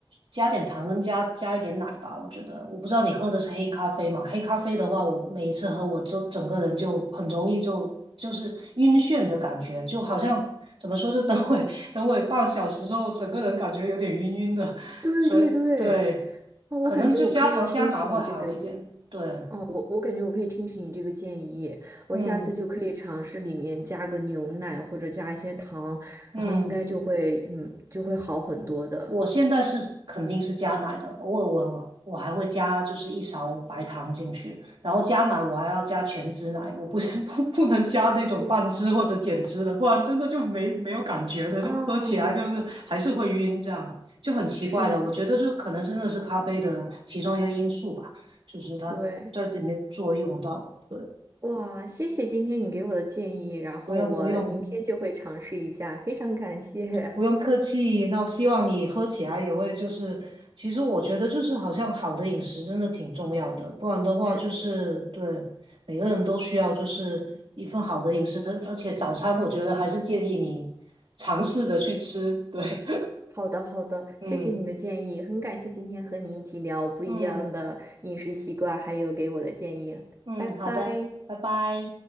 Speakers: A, on the right; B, on the right.
A: 加点糖跟加加一点奶吧。我觉得，我不知道你喝的是黑咖啡嘛？黑咖啡的话，我每一次喝，我就整个人就很容易就就是晕眩的感觉，就好像怎么说，就等会 <laughs> 等会半小时之后，整个人感觉有点晕晕的。
B: 对对对，
A: 所以对，
B: 哦，我感觉我可以听取你这个，
A: 可能就加糖加奶会好一点。对，
B: 哦，我我感觉我可以听取你这个建议，我下次就可以尝试里面加个牛奶或者加一些糖，
A: 嗯嗯。
B: 然后应该就会，嗯，就会好很多的。
A: 我现在是肯定是加奶的，偶尔我我我还会加就是一勺白糖进去，然后加奶我还要加全脂奶，我不是 <laughs> 不不能加那种半脂或者减脂的，
B: 哇，
A: 不然真的就没没有感觉的，
B: 啊，
A: 就喝起来就是还是会晕，这样就很奇怪的。
B: 是，
A: 我觉得就可能真的是咖啡的其中一个因素吧，就是它在里面作用到，
B: 对，
A: 对，
B: 哇，谢谢今天你给我的建议，然后我明天就会尝试一下，
A: 不用不用
B: 非常感谢。
A: 不用客气，
B: <laughs>
A: 那我希望你喝起来也会就是，其实我觉得就是好像好的饮食真的挺重要的，不然的话就是对每个人都需要就是一份好的饮食，
B: 是。
A: 它而且早餐我觉得还是建议你尝试着去吃，对，
B: 好的，好的，
A: <laughs> 嗯
B: 谢谢你的建议，很感谢今天和你一起聊不一样的饮食习惯，
A: 嗯
B: 还有给我的建议，
A: 嗯，
B: 拜拜。
A: 好的，拜拜。